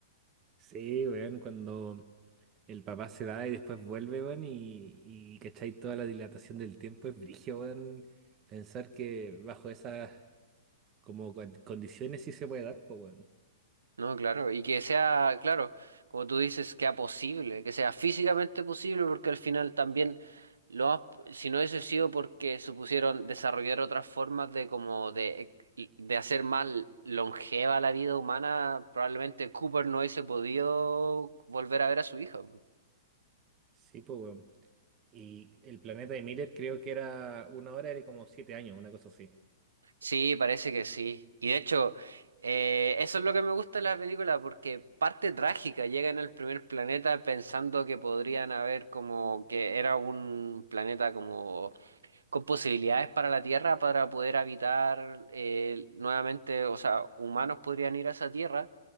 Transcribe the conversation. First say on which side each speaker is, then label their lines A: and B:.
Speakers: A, on the right; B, on the right.
A: Sí, weón, cuando el papá se va y después vuelve, weón, y, y ¿cachai? Toda la dilatación del tiempo es brígido, weón. Pensar que bajo esas como con- condiciones sí se puede dar, pues, weón.
B: No, claro. Y que sea, claro, como tú dices, que sea posible, que sea físicamente posible, porque al final también, lo más- si no hubiese sido porque supusieron desarrollar otras formas de como de, e, de hacer más longeva la vida humana, probablemente Cooper no hubiese podido volver a ver a su hija.
A: Sí, pues, weón. Y el planeta de Miller creo que era una hora, era como siete años, una cosa así.
B: Sí, parece que sí. Y de hecho, eh, eso es lo que me gusta de la película, porque parte trágica, llegan al primer planeta pensando que podrían haber como que era un planeta como con posibilidades para la Tierra para poder habitar eh, nuevamente, o sea, humanos podrían ir a esa Tierra.